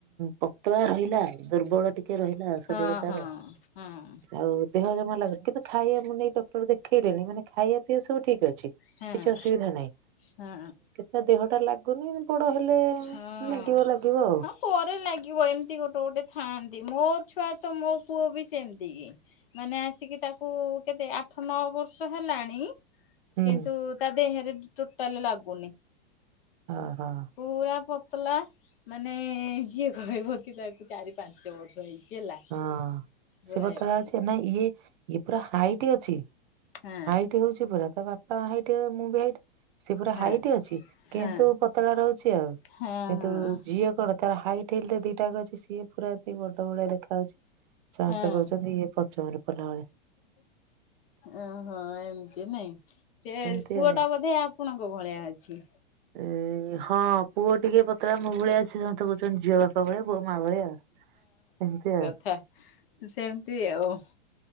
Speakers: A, on the right; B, on the left.
A: ପତଳା ରହିଲା ଦୁର୍ବଳ ଟିକେ ରହିଲା ଶରୀର
B: ହଁ
A: ତାର
B: ହଁ ହଁ
A: ଆଉ ଦେହ ଜମା ଲାଗୁଛି କିନ୍ତୁ ଖାଇବା ମୁଁ ନେଇ ଡକ୍ଟର ଦେଖେଇଲିି ମାନେ ଖାଇବା ପିଇବା ସବୁ ଠିକ୍ ଅଛି
B: ହଁ
A: କିଛି ଅସୁବିଧା ନାହିଁ।
B: ହଁ
A: ତା ଦେହଟା ଲାଗୁନି ବଡ଼ ହେଲେ
B: ହଁ।
A: ଲାଗିବ ଲାଗିବ ଆଉ।
B: ହଁ ପରେ ଲାଗିବ ଏମିତି ଗୋଟେ ଗୋଟେ ଥାଆନ୍ତି ମୋର ଛୁଆ ତ ମୋ ପୁଅ ବି ସେମିତି କି ମାନେ ଆସିକି ତାକୁ କେତେ ଆଠ ନଅ ବର୍ଷ ହେଲାଣି
A: ହୁଁ
B: କିନ୍ତୁ ତା ଦେହରେ ଟୋଟାଲ ଲାଗୁନି।
A: ହଁ ହଁ।
B: ପୁରା ପତଲା ମାନେ ଯିଏ କହିବ କି ତାକୁ ଚାରି ପାଞ୍ଚ ବର୍ଷ ହେଇଛି। ହେଲା
A: ହଁ
B: ପୁରା
A: ସେ ପତଳା
B: ଏମିତି
A: ଅଛି ନାଇଁ ଇଏ ଇଏ ପୁରା ହାଇଟ ଅଛି
B: ହଁ
A: ହାଇଟି ହଉଛି ପୁରା ତା ବାପା ହାଇଟି ମୁଁ ବି ହାଇଟି ସେ ପୁରା
B: ହଁ
A: ହାଇଟ୍ ଅଛି କିନ୍ତୁ
B: ହଁ
A: ପତଳା ରହୁଛି ଆଉ।
B: ହଁ
A: କିନ୍ତୁ
B: ହଁ
A: ଝିଅ କଣ ତାର ହାଇଟ ହେଲେ ଦିଟାକ ଅଛି ସିଏ ପୁରା ବଡ ବ ଖାଉଛି ଚାଷ
B: ହଁ
A: କହୁଛନ୍ତି ଇଏ ପଞ୍ଚମରେ ପଲାବେଳିଆ।
B: ଓହୋ ଏମିତି ନାଇଁ ସେ
A: ଏମିତି
B: ପୁଅ
A: ଆଉ।
B: ଟା ବୋଧେ ଆପଣଙ୍କ ଭଳିଆ ଅଛି?
A: ଏ ହଁ ପୁଅ ଟିକେ ପତଳା ମୁଁ ଭଳିଆ ଆ ଛି କହୁଛନ୍ତି ଝିଅ ବାପା ଭଳିଆ ପୁଅ ମା ଭଳିଆଉ ସେମିତି ଆଉ
B: ହା। ସେମିତି ଆଉ।